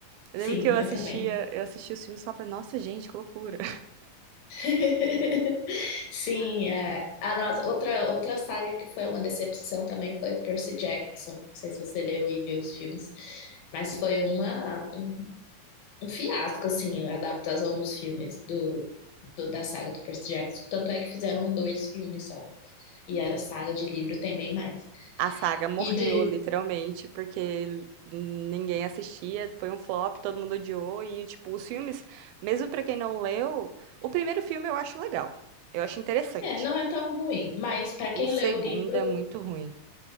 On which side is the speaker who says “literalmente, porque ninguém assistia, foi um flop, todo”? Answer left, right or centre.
Right